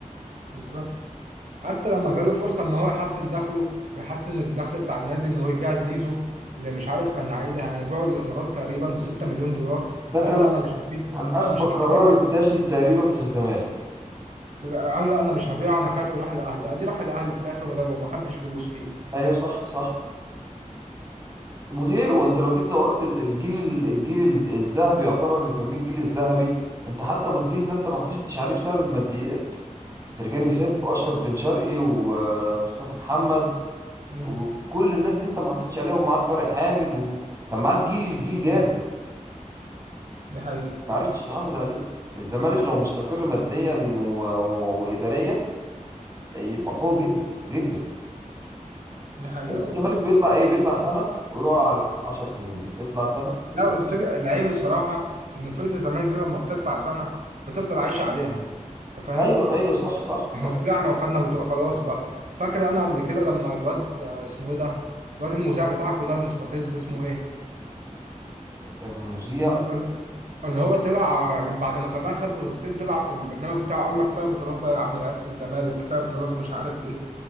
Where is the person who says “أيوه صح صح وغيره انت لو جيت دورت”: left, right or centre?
Right